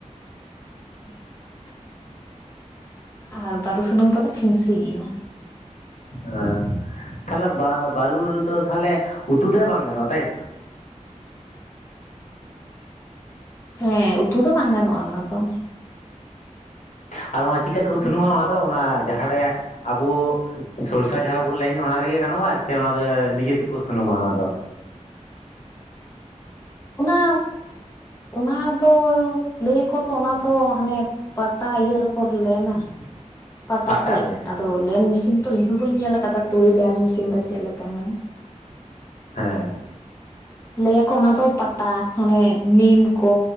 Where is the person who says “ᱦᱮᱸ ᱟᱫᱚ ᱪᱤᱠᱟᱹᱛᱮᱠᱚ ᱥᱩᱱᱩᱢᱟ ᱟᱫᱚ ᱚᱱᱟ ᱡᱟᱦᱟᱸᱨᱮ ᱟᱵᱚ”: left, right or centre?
Left